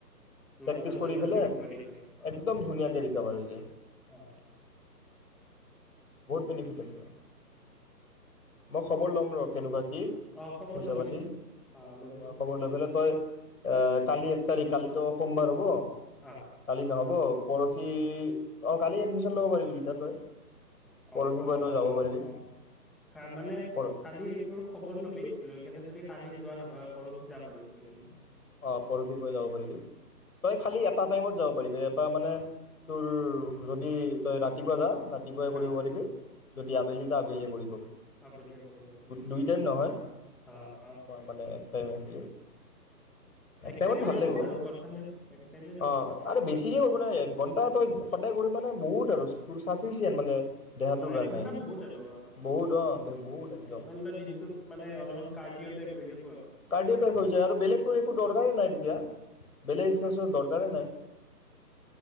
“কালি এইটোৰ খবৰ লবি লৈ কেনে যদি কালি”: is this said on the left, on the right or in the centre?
Centre